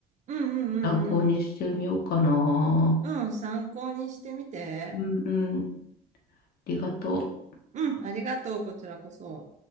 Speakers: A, on the right (about 45°); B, on the left (about 65°).
A: うん、うん、
B: 参考にしてみようかな。
A: うん、うん。うん、参考にしてみて。
B: うんうん。ありがとう。
A: うん、ありがとう。こちらこそ。